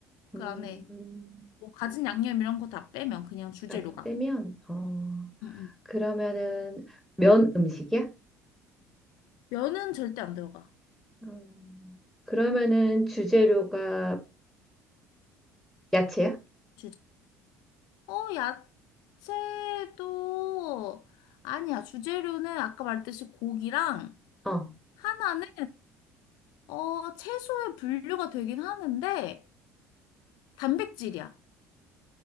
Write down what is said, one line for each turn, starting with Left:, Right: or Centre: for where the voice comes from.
Left: 그
Centre: 음,
Left: 안에 뭐 가진 양념 이런 거 다 빼면 그냥 주재료가
Centre: 가장 빼면 어
Left: 응, 응.
Centre: 그러면은 면 음식이야?
Left: 면은 절대 안 들어가
Centre: 음, 그러면은 주재료가 야채야?
Left: 주재 어 야채도 아니야 주재료는 아까 말했듯이 고기랑
Centre: 어
Left: 하나는 어, 채소에 분류가 되긴 하는데, 단백질이야.